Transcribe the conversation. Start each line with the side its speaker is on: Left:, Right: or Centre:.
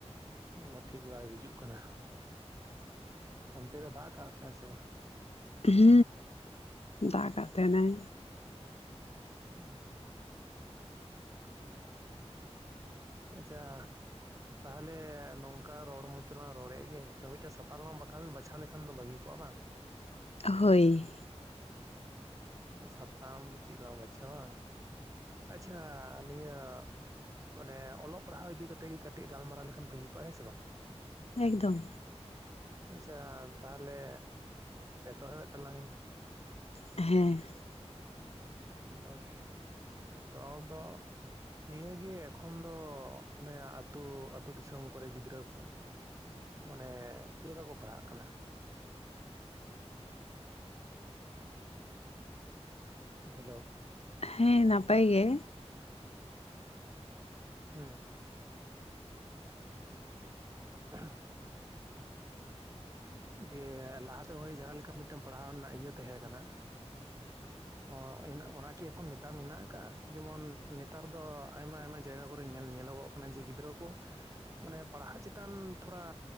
Right: ᱢᱚᱱᱟ ᱴᱷᱤᱠ ᱵᱟᱭ ᱵᱩᱡᱩᱜ ᱠᱟᱱᱟ᱾
Left: ᱚ <inaudible>
Right: ᱚᱱᱛᱮ ᱫᱚ ᱫᱟᱜᱠᱟᱜ ᱛᱟᱦᱮᱜ ᱟᱭᱥᱮ ᱵᱟᱝ?
Left: ᱦᱩ ᱫᱟᱜ ᱠᱟᱜ ᱛᱟᱦᱮᱱᱟᱭ᱾
Right: ᱦᱩᱸ <unintelligible> ᱟᱪᱪᱷᱟ, ᱛᱟᱦᱚᱞᱮ ᱱᱚᱝᱠᱟ ᱨᱚᱲ ᱢᱚᱡᱽᱞᱟᱝ ᱨᱚᱲᱮᱫ ᱜᱮ, ᱛᱚ ᱢᱤᱫᱴᱮᱡ ᱥᱟᱛᱟᱞ ᱞᱟᱝᱠᱷ ᱵᱟᱪᱷᱟᱣ ᱞᱮᱠᱷᱟᱱ ᱫᱚ ᱵᱷᱟᱹᱜᱤ ᱠᱚᱜᱼᱟ ᱵᱟᱝ᱾
Left: ᱦᱳᱭ,
Right: ᱟᱫᱚ ᱥᱟᱛᱟᱢ ᱫᱚ ᱪᱮᱫ ᱞᱟᱝ ᱵᱟᱪᱷᱟᱣᱟ᱾ ᱟᱪᱪᱷᱟ ᱱᱤᱭᱟᱹ, ᱢᱟᱱᱮ ᱚᱞᱚᱜ ᱯᱟᱲᱦᱟᱣ ᱤᱫᱤᱠᱟ ᱠᱟᱛᱮᱜ ᱜᱮ ᱠᱟᱹᱴᱤᱡ ᱜᱟᱞᱢᱟᱨᱟᱣ ᱞᱮᱠᱷᱟᱱ ᱵᱷᱟᱹᱜᱤ ᱠᱚᱜᱼᱟ ᱦᱮᱸ ᱥᱮ ᱵᱟᱝ?
Left: ᱮᱠᱫᱚᱢ᱾
Right: ᱟᱪᱪᱷᱟ ᱛᱟᱦᱚᱞᱮ ᱮᱛᱚᱦᱚᱵᱮᱫ ᱛᱟᱞᱟᱝ ᱟᱹᱧ᱾
Left: ᱦᱮᱸ,
Right: ᱦᱚᱭ <unintelligible> ᱛᱚᱞ ᱫᱚ, ᱱᱤᱭᱟᱹᱟᱹᱜᱮ ᱮᱠᱷᱚᱱ ᱫᱚ ᱚᱱᱮ ᱟ ᱟᱹᱛᱩ ᱟᱛᱳ ᱫᱤᱥᱚᱢ ᱠᱚᱨᱮ ᱜᱤᱫᱽᱨᱟᱹ ᱠᱚ ᱢᱚᱱᱮ ᱪᱮᱫ ᱞᱮᱠᱟ ᱠᱚ ᱯᱟᱲᱦᱟᱜ ᱠᱟᱱᱟ? ᱦᱮᱞᱳ?
Left: ᱦᱮᱸ ᱱᱟᱯᱟᱭ ᱜᱮ
Right: ᱦᱮᱸ ᱦ ᱫᱤᱭᱮ ᱞᱟᱦᱟᱛᱮ ᱦᱳᱭ ᱡᱟᱦᱟᱸᱞᱮᱠᱟ ᱢᱤᱫᱴᱮᱱ ᱯᱟᱲᱦᱟᱣ ᱨᱮᱱᱟᱜ ᱤᱭᱟᱹ ᱛᱟᱦᱮᱸ ᱠᱟᱱᱟ
Left: ᱤ
Right: ᱚ ᱚᱦᱮᱱᱟᱜ ᱢᱚᱨᱥ ᱠᱤ ᱮᱠᱷᱚᱱ ᱱᱮᱛᱟᱨ ᱢᱮᱱᱟᱜ ᱟᱠᱟᱟᱜᱼᱟ ᱡᱮᱢᱚᱱ ᱱᱮᱛᱟᱨ ᱫᱚ ᱟᱭᱢᱟ ᱟᱭᱢᱟ ᱡᱟᱭᱜᱟ ᱠᱚᱨᱮ ᱧᱮᱞ ᱧᱮᱞᱚᱜᱚᱜ ᱠᱟᱱᱟ ᱚᱱᱮ ᱡᱮ ᱜᱤᱫᱽᱨᱟᱹ ᱠᱚ ᱢᱟᱱᱮ ᱯᱟᱲᱦᱟᱜ ᱪᱮᱛᱟᱱ ᱛᱷᱚᱲᱟ